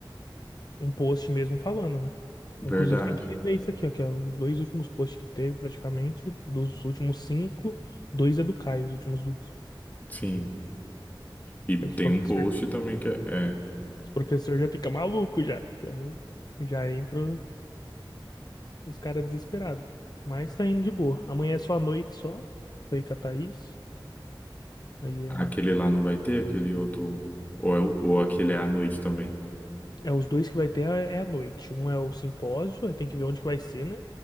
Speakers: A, on the left; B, on the left.
A: um post mesmo falando, né?
B: verdade.
A: Inclusive tem que rever isso aqui, ó, que é os dois últimos posts que teve, praticamente, dos últimos cinco, dois é do Caio, os últimos vídeos.
B: Sim. E
A: Que é Os
B: tem
A: professor,
B: um post também que é, é
A: os professor já fica maluco já. Já, já entra os caras desesperados. Mas tá indo de boa. Amanhã é só a noite só. Foi com a Thaís. Aí é,
B: aquele lá não vai ter, aquele outro. Ou, é, o- ou aquele é à noite também.
A: é os dois que vai ter é é a noite. Um é o simpósio, aí tem que ver onde que vai ser, né?